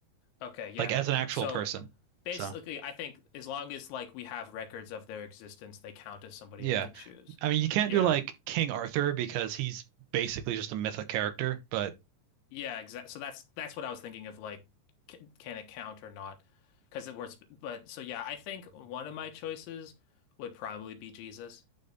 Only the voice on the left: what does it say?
Okay, yeah.
So.
basically,
I think as long as like we have records of their existence, they count as somebody
I could choose.
Yeah,
yeah, exactly. So that's that's what I was thinking of. Like, c- can it count or not? Because it was, but so yeah, I think one of my choices would probably be Jesus.